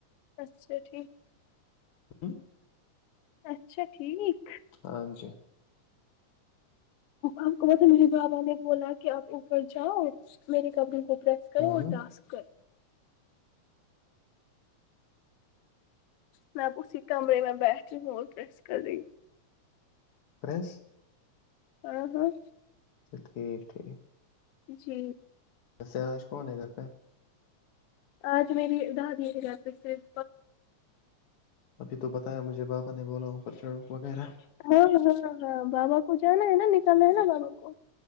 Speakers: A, on the left; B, on the left.
A: اچھا ٹھیک
B: ہے
A: اچھا ٹھیک
B: ہاں جی
A: آپ کو بس مر بابا نے بولا کہ آپ اوپر جاؤ میرری کب بس کریں
B: ہوں
A: وہ ٹاسک کر میں اسی کمرے میں بیٹی ہوں اورٹرس کری
B: فریانس
A: ہ ہاں
B: اچھا ٹھیک ٹھیک
A: جی
B: سسے آج کون ہے گھر پہ
A: آج میری دادی ہے گ پ سےاس
B: ابھی تو بتایا مجھے بابا نے بولا اوپر چڑو وغیرہ
A: ہاں ہاں ہاں بابا کو جانا ہے نا نکلنا ہے نا بابا کو